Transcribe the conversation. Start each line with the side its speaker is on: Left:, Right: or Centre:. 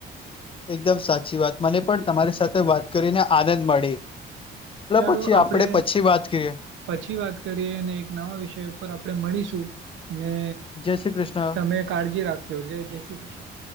Left: એકદમ સાચી વાત મને પણ તમારી સાથે વાત કરીને આનંદ મળી
Right: ચાલો
Left: પછી
Right: આપડે
Left: આપણે પછી વાત કરીએ
Right: પછી વાત કરીએ અને એક નવા વિષય ઉપર આપડે મળીશુ ને
Left: જય શ્રી કૃષ્ણ
Right: તમે કાળજી રાખશો, જય શ્રી કૃષ્ણ